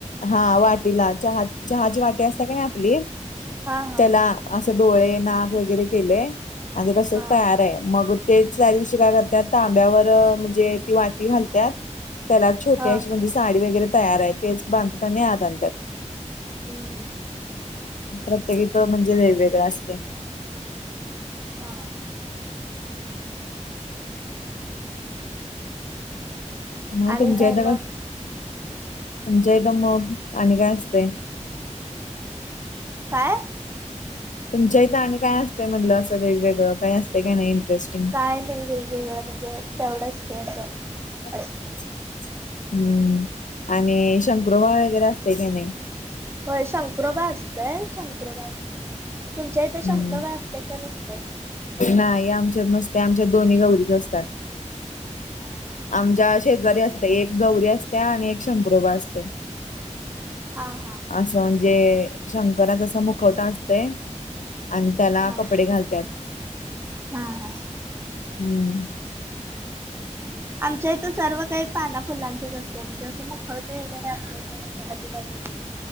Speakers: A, on the left; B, on the right.
A: हा वाटीला चहा चहाची वाटी असते का नाही आपली
B: हा हा
A: त्याला असे डोळे नाक वगैरे केले आणि तसच
B: हा
A: तयार आहे मग ते त्याही दिवशी काय करतात तांब्यावर म्हणजे ती वाटी घालतात त्याला छोटी
B: हा.
A: अशी म्हणजे साडी वगैरे तयार आहे तेच बांधताना आतंत
B: हम्म
A: प्रत्येकीित म्हणजे वेगवेगळं असते
B: हा
A: मग
B: आणि
A: तुमच्यादा
B: काय मग
A: का म्हणजे इथ मग आणि काय असते
B: काय
A: तुमच्या इथं आणि काय असते म्हटलं असं वेगवेगळं काही असते काय नाही इंटरेस्टिंग
B: काय नाही वेगवेगळं म्हणजे तेवढंच ते असं
A: हम्म
B: असत
A: आणि शंकरुबाळ वगैरे असतय का नाही
B: हो शंख्रोबा असतय शंकर्रोबा असत तुमच्या इथे शंकरबा
A: हम्म
B: असत का नसत
A: नाही आमच्यात नस्ते आमच्यात दोन्ही गौरीच असतात
B: हा
A: आमच्या शेतकरी असत एक गौरी असते आणि एक शंखुरबा असते
B: हा हा
A: असं म्हणजे शंकराच असं मुखवटा असतय आणि त्याला
B: हा
A: कपडे घालतत
B: हा हा
A: हम्म
B: आमच्या इथं, सर्व काही पाना फुलांचच असत. त्या म्हणजे असं मुखवटे वगैरे, आमच्या म्हणजे अजिबात च